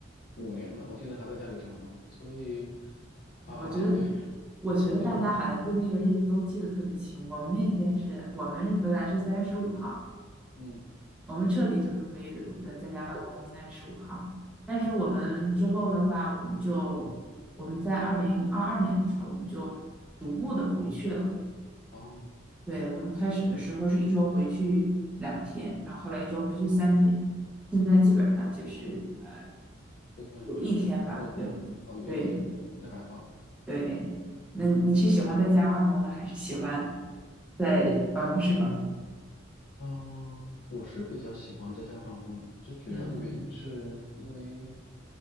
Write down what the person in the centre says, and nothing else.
<laughs> 哎我觉得
我觉得大家好像对那个日子都记得特别清。
我们那天是我们回来是三月十五号，
我们彻底就是回呃在家办公是三月十五号，但是我们之后的话，
我们就我们在二零二二年的时候，我们就逐步的回去了。
对，我们开始的时候是一周回去两天，然后后来一周回去三天，现在基本上就是呃
有一天吧。对，
对，
对。那你是喜欢在家办公呢，还是喜欢在办公室办公？
嗯